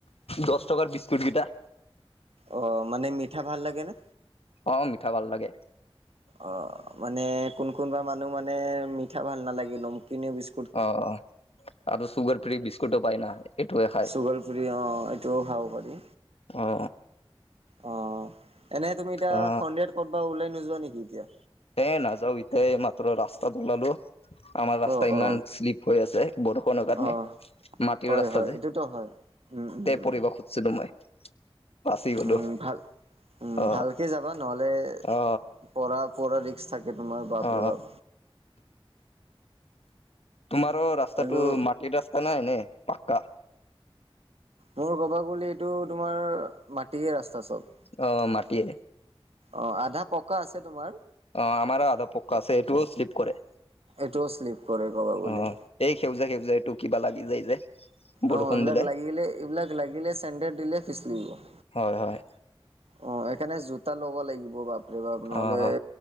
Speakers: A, on the left (about 85°); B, on the right (about 90°).
A: দছ টকাৰ বিস্কুট গিটা
B: অ মানে মিঠা ভাল লাগে নে
A: অ মিঠা ভাল লাগে
B: অ মানে কোন কোনবা মানুহ মানে মিঠা ভাল নালাগে নমকিনে বিস্ক
A: অ অ আৰু চুগাৰ ফ্ৰি বিস্কুটো পায় না এইটোয়ে খায়
B: চুগাৰ ফ্ৰী অ এইটোও খাব পাৰি
A: অ
B: অ এনে তুমি এতিয়া
A: অ
B: সন্ধিয়াত ক'তবা ওলাই নোযোৱা নেকি এতিয়া
A: এ নাযাওঁ এতিয়া এই মাত্ৰ ৰাস্তাত ওলালো আমাৰ ৰাস্তা
B: অ
A: ইমান
B: অ
A: শ্লিপ হৈ আছে বৰষুণৰ কাৰণে
B: অ
A: মাটিৰ
B: হয়
A: ৰাস্তা
B: হয়
A: যে
B: এইটোতো হয়। উম উম উম
A: পহিব খুজিছিলো মই বাচি গলো
B: উম ভাল
A: অ
B: ভালকে যাবা নহ'লে
A: অ
B: পঢ়া পঢা ৰিক্স থাকে তোমাৰ বাপৰে
A: অ
B: বাপ
A: তোমাৰো ৰাস্তাটো
B: আৰু
A: মাটিৰ ৰাস্তা নাই নে পাক্কা
B: মোৰ ক'ব গলে এই, এইটো তোমাৰ মাটিয়ে ৰাস্তা চব
A: অ মাটিয়ে
B: অ আধা পকা আছে তোমাৰ
A: অ আমাৰো আধা পক্কা
B: এ
A: আছে এইটোও শ্লিপ কৰে
B: এইটোও শ্লিপ কৰে ক'বা বুলি
A: অ', এই সেউজা সেউজা এইটো কিবা লাগি যায় যে বৰষুণ
B: অ এইবিলাক
A: দিলে
B: লাগিলে এইবিলাক লাগিলে চেন্দেল দিলে পিচলি যায়
A: হয় হয়
B: অ সেইকাৰণে জোতা ল'ব লাগিব বাপৰে বাপ নহলে
A: অ',